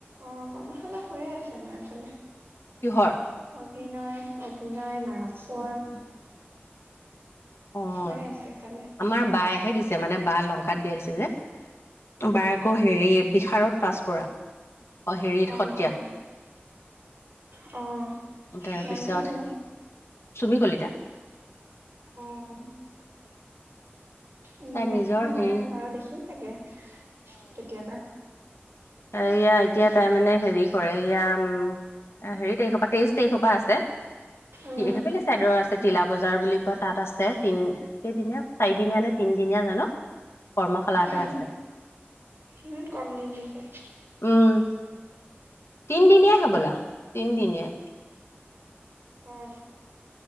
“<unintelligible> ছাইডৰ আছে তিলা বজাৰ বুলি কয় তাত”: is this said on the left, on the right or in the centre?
Left